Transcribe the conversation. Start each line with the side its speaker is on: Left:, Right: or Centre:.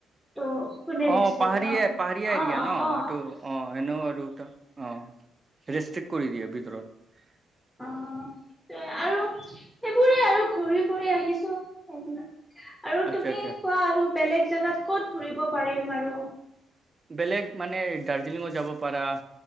Centre: ত' কোনে
Right: অ',
Centre: ৰিক্স ল'ব
Right: পাহাৰীয়ে,
Centre: ন
Right: পাহাৰীয়ে
Centre: অ
Right: দিয়ে ন'।
Centre: অ অ
Right: এইটো, অ'। এনেও আৰু এটা অ', ৰেষ্ট্ৰিক্ট কৰি দিয়ে ভিতৰত।
Centre: অ', এ, আৰু সেইবোৰে, আৰু ঘূৰি-ফুৰি আহিছোঁ। সেইবিলাক আৰু
Right: আচ্ছা
Centre: তুমি
Right: আচ্ছা
Centre: কোৱা। আৰু বেলেগ জেগাত ক'ত ঘূৰিব পাৰিম আৰু
Right: বেলেগ, মানে, দাৰ্জিলিংও যাব পাৰা